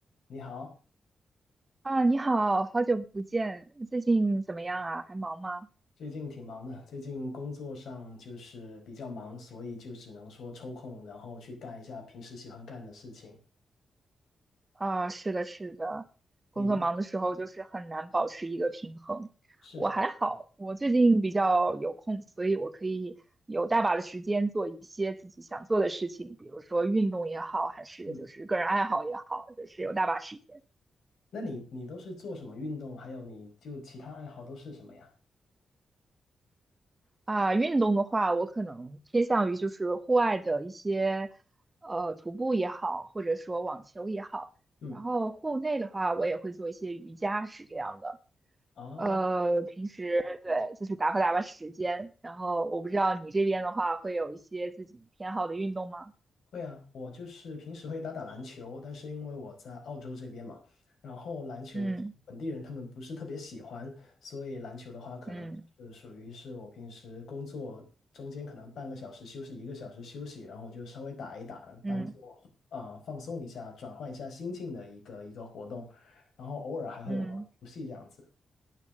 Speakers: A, on the left; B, on the right.
A: 你好，
B: 啊，你好，好久不见，最近怎么样啊？还忙吗？
A: 最近挺忙的，最近工作上就是比较忙，所以就只能说抽空，然后去干一下平时喜欢干的事情。
B: 啊，是的，是的，工作忙的时候就是很难保持一个平衡。
A: 你呢？是，
B: 我还好，我最近比较有空，所以我可以有大把的时间做一些自己想做的事情，比如说运动也好，还是就是个人爱好也好，
A: 嗯，
B: 就是有大把时间。
A: 那你你都是做什么运动？还有你就其他爱好都是什么呀？
B: 啊，运动的话，我可能偏向于就是户外的一些，呃，徒步也好，或者说网球也好。
A: 嗯，
B: 然后户内的话，我也会做一些瑜伽，是这样的。
A: 哦，
B: 呃，平时对，就是打发打发时间。然后我不知道你这边的话，会有一些自己偏好的运动吗？
A: 会啊，我就是平时会打打篮球，但是因为我在澳洲这边嘛，然后篮球本地人他们不是特别喜欢，
B: 嗯
A: 所以篮球的话可能是属于是我平时工作中间可能半个小时休息，
B: 嗯
A: 一个小时休息，然后我就稍微打一打，当做啊、
B: 嗯
A: 呃放松一下，转换一下心境的一个一个活动，然后偶尔还会玩玩游戏这样子。
B: 嗯。